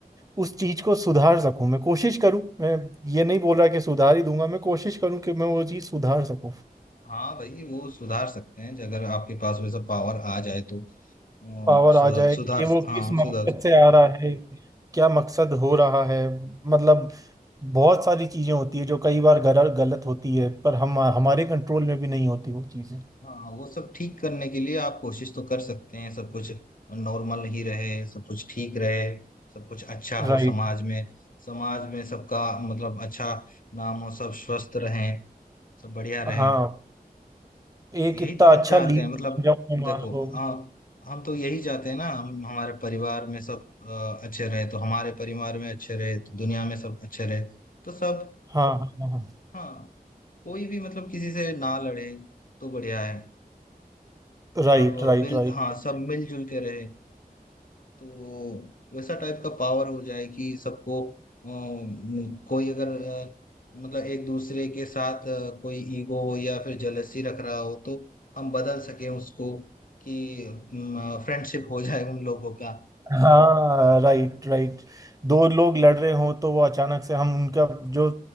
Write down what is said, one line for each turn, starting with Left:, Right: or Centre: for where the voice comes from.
Right: उस चीज को सुधार सकूं मैं कोशिश करूं मैं ये नहीं बोल रहा कि सुधार ही दूंगा मैं कोशिश करूं कि मैं वो चीज सुधार सकूं
Left: हाँ भाई वो सुधार सकते हैं अगर आपके पास वैसा पावर आ जाए तो अम,
Right: पावर
Left: सुधार
Right: आ जाए
Left: सुधार
Right: कि वो
Left: हाँ
Right: किस मकसद
Left: सुधार
Right: से आ रहा है क्या मकसद हो रहा है मतलब बहुत सारी चीजें होती है जो कई बार गलत गलत होती है पर हम हमारे कंट्रोल में भी नहीं होती वो चीजें
Left: हाँ वो सब ठीक करने के लिए आप कोशिश तो कर सकते हैं सब कुछ नॉर्मल ही रहे सब कुछ ठीक रहे सब कुछ अच्छा
Right: राइट
Left: हो समाज में समाज में सबका मतलब अच्छा नाम हो सब स्वस्थ रहें सब बढ़िया रहें
Right: हाँ एक
Left: यही
Right: इतना
Left: तो हम
Right: अच्छा
Left: चाहते
Right: लीडर
Left: हैं मतलब
Right: बन जाऊं मैं
Left: देखो
Right: मान लो
Left: हम हम तो यही चाहते हैं ना हम हमारे परिवार में सब अ, अच्छे रहे तो हमारे परिवार में अच्छे रहे तो दुनिया में सब अच्छे रहे तो सब
Right: हाँ हाँ हाँ हाँ।
Left: हाँ कोई भी मतलब किसी से ना लड़े तो बढ़िया है
Right: Right
Left: सब
Right: right
Left: मिल
Right: right
Left: हाँ सब मिलजुल के रहे तो वैसा टाइप का पावर हो जाए कि सबको अम, कोई अगर अ, मतलब एक दूसरे के साथ अ, कोई ईगो या फिर जलसी रख रहा हो तो हम बदल सकें उसको कि फ्रेंडशिप हो जाए उन लोगों का
Right: हाँ राइट राइट दो लोग लड़ रहे हों तो वो अचानक से हम उनका जो